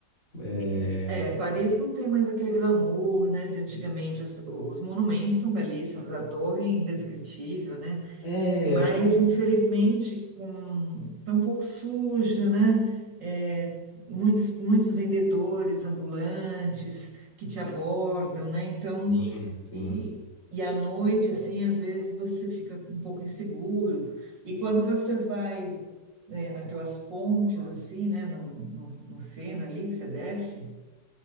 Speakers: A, on the left; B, on the right.
A: É,
B: É, Paris não tem mais aquele glamour, né, de antigamente. Os, os monumentos são belíssimos, a torre é indescritível, né?
A: é,
B: mas
A: eu acho que é um...
B: infelizmente com tá um pouco suja, né? É, muitos, muitos vendedores ambulantes que te abordam, né? Então,
A: Sim, sim.
B: e, e à noite, assim, às vezes você fica um pouco inseguro. E quando você vai, né, naquelas pontes, assim, né? No, no, no Sena ali, que você desce.